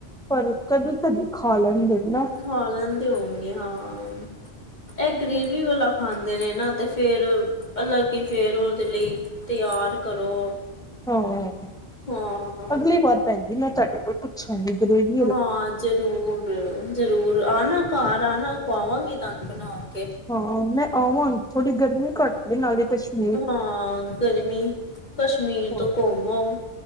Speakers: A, in the centre; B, on the left.
A: ਪਰ ਕਦੀ ਕਦੀ ਖਾ ਲੈਂਦੇ ਨੇ ਨਾ।
B: ਖਾ ਲੈਂਦੇ ਹੋਣੇ ਹਾਂ। ਇਹ ਗਰੇਵੀ ਵਾਲਾ ਖਾਂਦੇ ਨੇ ਨਾ ਤੇ ਫੇਰ ਅਲੱਗ ਫੇਰ ਉਹਦੇ ਲਈ। ਤਿਆਰ ਕਰੋ।
A: ਹਾਂ
B: ਹਾਂ
A: ਅਗਲੀ ਵਾਰ ਭੈਣ ਜੀ ਮੈਂ ਤੁਹਾਡੇ ਕੋਲ ਪੁੱਛਾਂਗੀ ਗਰੇਵੀ।
B: ਹਾਂ ਜ਼ਰੂਰ। ਜ਼ਰੂਰ ਆਣਾ ਘਰ ਆਣਾ ਖਵਾਗੀ ਤੁਹਾਨੂੰ ਬਣਾ ਕੇ।
A: ਹਾਂ ਮੈਂ ਆਵਾਂਗੀ ਥੋੜੀ ਗਰਮੀ ਘੱਟ। ਵੀ ਨਾਲੀ ਤੇ ਛਬੀਲ।
B: ਹਾਂ ਗਰਮੀ ਕਸ਼ਮੀਰ
A: ਹਾਂ
B: ਤੋਂ ਘੁੰਮ ਆਓ।